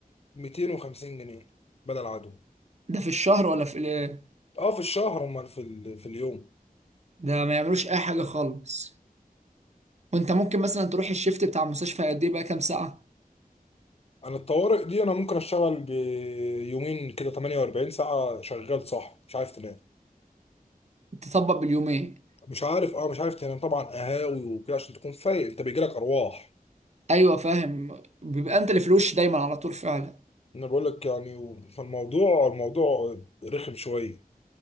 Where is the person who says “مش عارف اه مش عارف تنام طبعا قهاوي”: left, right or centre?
Left